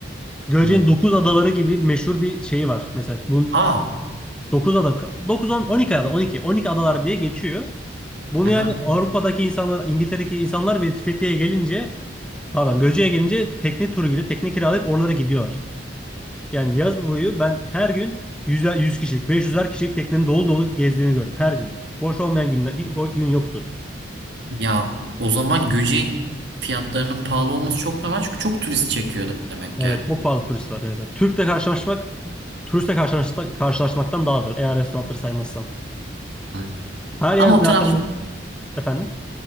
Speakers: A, in the centre; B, on the right.
A: Göce'nin
B: Hmm.
A: 9 adaları gibi meşhur bir şeyi var. Mesela bunun
B: Aa,
A: 9 ada dokuz on on iki ada on iki on iki adalar diye geçiyor. Bunu
B: Aha.
A: yani Avrupa'daki insanlar, İngiltere'deki insanlar bile Fethiye'ye gelince pardon Göce'ye gelince tekne turu gibi tekne kiralayıp oralara gidiyorlar. Yani yaz boyu ben her gün 100, 100 kişilik, 500'er kişilik teknenin dolu dolu gezdiğini gördüm her gün. Boş olmayan günler hiç o gün yoktu.
B: Ya o zaman Göcek'in fiyatlarının pahalı olması çok normal çünkü çok turist çekiyor demek
A: Evet
B: ki.
A: çok fazla turist var. Yani Mesela Türk'le karşılaşmak turistle karşılaşmak, karşılaşmaktan daha zor eğer restoranları saymazsan.
B: Hı.
A: Her yer
B: Ama
A: zaten
B: o taraf
A: efendim